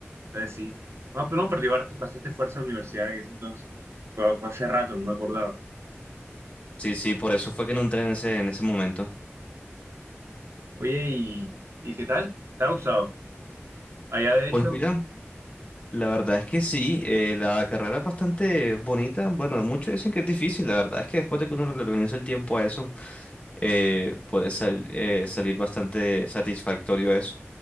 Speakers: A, on the right; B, on the left.
A: Entonces, sí. No, pero no, perdió bast- bastante fuerza la universidad en ese entonces. Pero hace rato, no me acordaba.
B: sí, sí, por eso fue que no entré en ese, en ese momento.
A: Oye, ¿y, y qué tal? ¿Te ha gustado? Allá, de hecho,
B: Pues mira, la verdad es que sí, eh, la carrera es bastante bonita. Bueno, muchos dicen que es difícil, la verdad es que después de que uno le organiza el tiempo a eso, eh, puede sal- eh, salir bastante satisfactorio eso.